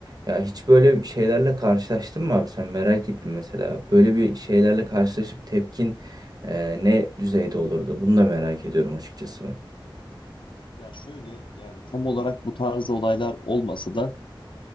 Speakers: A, on the right; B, on the left.
A: Ya hiç böyle şeylerle karşılaştın mı abi sen merak ettim mesela. Böyle bir şeylerle karşılaşıp tepkin e, ne düzeyde olurdu? Bunu da merak ediyorum açıkçası ben.
B: Ya şöyle yani tam olarak bu tarz olaylar olmasa da